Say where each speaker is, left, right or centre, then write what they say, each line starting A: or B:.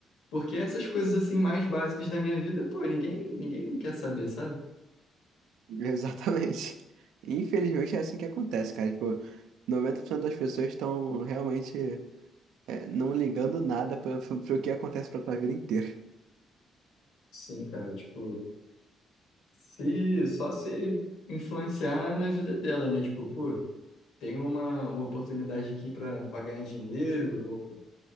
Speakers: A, on the left; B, on the right.
A: Porque essas coisas, assim, mais básicas da minha vida, pô, ninguém, ninguém quer saber, sabe?
B: <laughs> exatamente. Infelizmente é assim que acontece, cara. Tipo, 90% das pessoas estão realmente é, não ligando nada para <laughs> pro, pro que acontece pra tua vida inteira.
A: Sim, cara, tipo, se, só se influenciar na vida dela, né? Tipo, pô, tem uma, uma oportunidade aqui pra pra ganhar dinheiro ou